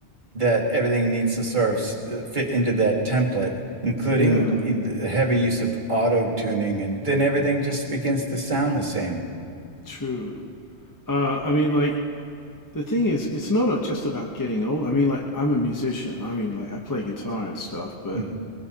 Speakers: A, on the right; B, on the left.
A: that everything needs to sort of s- uh, fit into that template, including
B: yeah
A: e, the heavy use of auto tuning, and then everything just begins to sound the same.
B: true uh i mean like the thing is it's not uh, just about getting old i mean like i'm a musician i mean like i play guitar and stuff but
A: Mm.